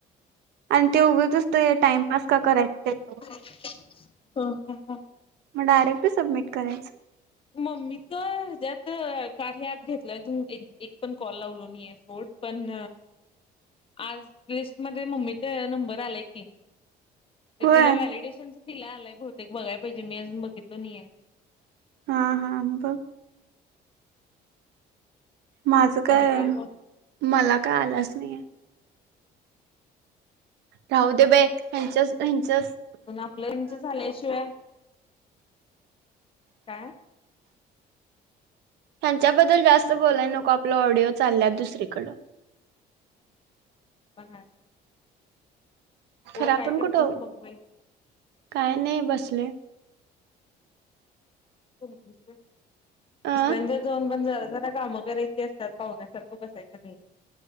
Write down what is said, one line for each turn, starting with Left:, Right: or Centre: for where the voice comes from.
Right: आणि ते उगचच ते टाइमपास का करायचं तेच्या
Left: हा हा हा,
Right: म डायरेक्ट सबमिट करायचं.
Left: मम्मीच हेच्यात कार्य अँप घेतलं आजून एक एक पण कॉल लावलो नाही आहे सोड पण आज लिस्टमध्ये मम्मीच नंबर आलाय की. ते
Right: होय
Left: तिला व्हलिडेशनचं तिला आलाय बहुतेक बघाय पाहिजे मी आजून बघितलो नाही आहे.
Right: हा हा ब माझं काय
Left: आणि मग
Right: मला काय आलाच नाहीे आहे. राहूदे बाई हेच्याच हेच्याच
Left: म्हणून आपलं हेच झाल्याशिवाय काय?
Right: हेच्याबद्दल जास्त
Left: हॅलो
Right: बोलाय नको आपल ऑडिओ चालल्यात दुसरीकडं.
Left: ते पण हाय.
Right: खरं आपण
Left: काय करतेस
Right: कुठं
Left: मग बाई
Right: काय नाही बसले
Left: <unintelligible> दुसऱ्याच्यात
Right: अ
Left: जाऊन पण जरा जरा कामं करायची असतात पाहुण्यासारखं बसायचं नाही.